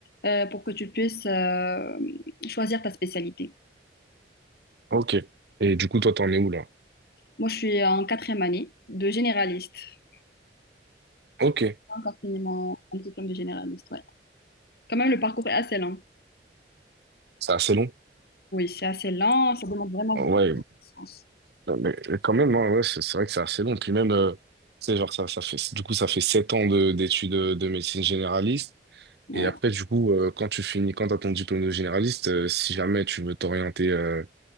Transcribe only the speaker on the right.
Ok. Et du coup, toi, t'en es où là?
Ok.
C'est assez long.
Ouais,
mais quand même, hein, ouais, c'est c'est vrai que c'est assez long. Puis même, euh, tu sais, genre, ça, ça fait, du coup, ça fait sept ans de- d'études euh, de médecine généraliste.
Et après, du coup, euh, quand tu finis, quand t'as ton diplôme de généraliste, euh, si jamais tu veux t'orienter euh,